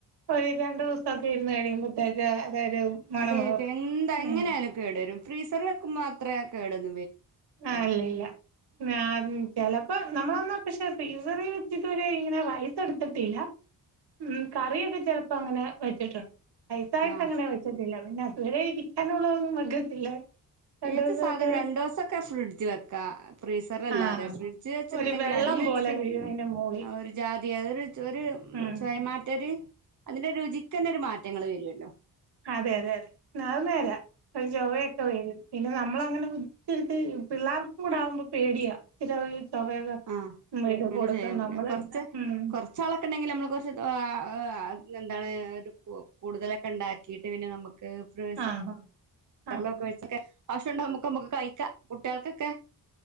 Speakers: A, on the right (about 75°); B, on the right (about 45°).
A: <unintelligible> രണ്ടു ദിവസക്കെ ഇരുന്നു കഴിയുമ്പോത്തേക്ക് അതൊരു മണമാവും
B: അതെ എന്താ എങ്ങനെയാലും
A: ഉം
B: കേടരും ഫ്രീസറ് വെക്കുമ്പോ മാത്ര കേട <unintelligible>
A: ആ അല്ലല്ല ഞാൻ ചിലപ്പോ നമ്മളന്ന പക്ഷെ ഫ്രീസറ വെച്ചിട്ട് ഒര് ഇങ്ങനെവായിതെടുത്തിട്ടില്ല ഉം കറിയൊക്കെ ചെലപ്പോ അങ്ങനെ വെച്ചിട്ടുണ്ട് റൈസായിട്ട്
B: ആഹ്
A: അങ്ങനെ വെച്ചിട്ടില്ല പിന്നെ അതുവരെ ഇ അങ്ങനുള്ളതൊന്നും വെക്കത്തില്ല. രണ്ട്
B: ഏത്
A: ദിവസൊക്കെ
B: സാധനം രണ്ടോസം ഒക്കെ ഫ്രിഡ്ൽ വെക്കാം ഫ്രിസറലാതെ
A: ആഹ്
B: ഫ്രിഡ്ജിൽ വെച്ചിട്ടുണ്ടെങ്കിൽ
A: ഒരു വെള്ളം
B: അടിയിൽ വെച്ചിട്ടുണ്ടെങ്ക
A: പോലെ വീഴും അയിന്റെ മോളി
B: ആ ഒരു ജാതി അതെആ ഒരു ഒരു
A: ഉം
B: ചോയമാറ്റാര് അതിന്റെ രുചിക്കന്നെ ഒരു മാറ്റങ്ങള് വരുല്ലോ
A: അതെ അതെ അതെ അത് നേരാ ചൊവയൊക്കെ വരും പിന്നെ നമ്മള് അങ്ങനെ ഇത്തിരിത്തിരി പിള്ളേർക്കും കൂടെ ആകുമ്പോ പേടിയാ ചൊവയൊക്കെ
B: ആ
A: വരും
B: അങ്ങനെ
A: കൊടുക്കും
B: ചെയ്യാം പിന്നെ
A: നമ്മളെടുത്ത
B: കുറച്ച്
A: ഉം
B: കൊറച്ചാളൊക്കെ ഉണ്ടെങ്കിൽ നമ്മൾ കുറച്ച് <unintelligible> എന്താണ് ഒരു കൂടുതലൊക്കെ ണ്ടാക്കിട്ട് പിന്നെ നമുക്ക് ഫ്രീസാ
A: ആഹ്
B: <unintelligible>
A: ആഹ്
B: കാശുണ്ടോ മ്മുക്ക് മ്മുക്ക് കയിക്ക കുട്ടിആൾക്കൊക്കെ